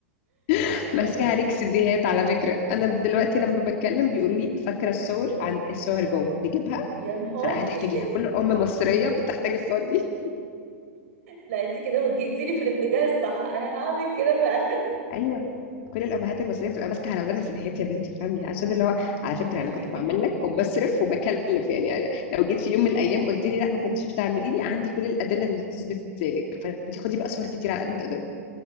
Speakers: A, on the left; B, on the right.
A: <laughs>
B: لا
A: ماسكه
B: لا لا
A: عليك سيديهات على فكره انا دلوقتي لما بتكلم بيقولوا لي فاكره الصور عند الصور جو نجيبها
B: يا نهاري
A: فلا هتحتاجيها
B: <laughs>
A: كل ام مصريه بتحتاج الصور دي
B: لا انت كده وجهتيني في الاتجاه الصح انا هعمل كده فعلا
A: ايوه كل الامهات المصريه بتبقى ماسكه على اولادها سيديهات يا بنتي فهمي عشان اللي هو على فكره انا كنت
B: <laughs>
A: بعمل لك وبصرف وبكلف يعني, يعني لو جيت في يوم من الايام قلت لي لا ما كنتيش بتعملي لي عندي كل الادله اللي تثبت ذلك فانت خدي بقى صور كتير على قد ما تقدري